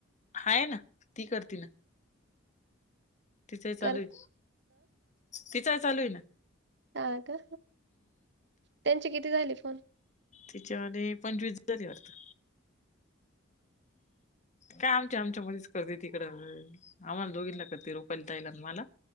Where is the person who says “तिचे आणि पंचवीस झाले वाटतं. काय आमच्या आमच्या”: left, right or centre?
Left